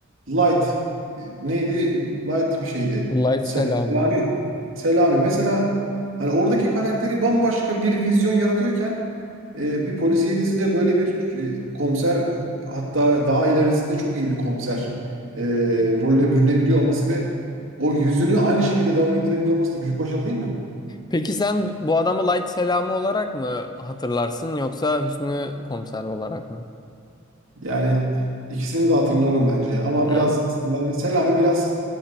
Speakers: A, on the right; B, on the left.
A: Light e, neydi? Light bir şeydi.
B: Light
A: Sel-
B: selamı
A: Selami.
B: bu.
A: Selami. Mesela hani oradaki karakteri bambaşka bir vizyon yaratıyorken e, bir polisiye dizide böyle bir e, komiser hatta daha ilerisinde çok iyi bir komiser e, rolüne bürünebiliyor olması ve o yüzünü aynı şekilde devam ettirebiliyor olması da büyük başarı değil mi?
B: Peki sen bu adamı Light selamı olarak mı hatırlarsın yoksa Hüsnü Komiser olarak mı?
A: Yani ikisini de hatırlarım bence. Ama
B: Ha,
A: biraz Selami, Selami biraz